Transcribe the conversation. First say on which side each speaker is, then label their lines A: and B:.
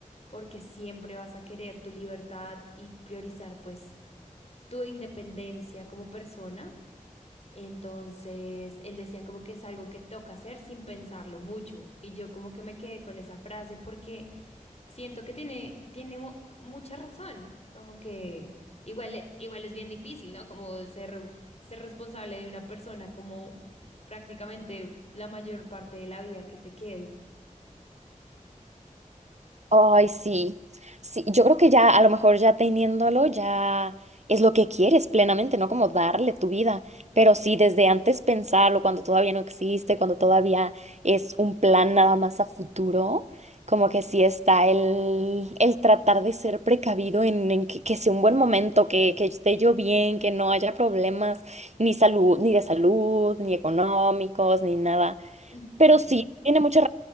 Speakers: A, on the left; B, on the right.
A: porque siempre vas a querer tu libertad y priorizar pues tu independencia como persona. Entonces, él decía como que es algo que toca hacer sin pensarlo mucho y yo como que me quedé con esa frase porque... Siento que tiene, tiene mu- mucha razón, como que igual, igual es bien difícil, ¿no? Como ser, ser responsable de una persona como prácticamente la mayor parte de la vida que te quede.
B: Ay, sí. Sí, yo creo que ya, a lo mejor ya teniéndolo, ya es lo que quieres plenamente, ¿no? Como darle tu vida. Pero sí, desde antes pensarlo, cuando todavía no existe, cuando todavía es un plan nada más a futuro, como que sí está el, el tratar de ser precavido en, en que, que sea un buen momento, que, que esté yo bien, que no haya problemas, ni salud, ni de salud, ni económicos, ni nada.
A: Ujú.
B: Pero sí, tiene mucha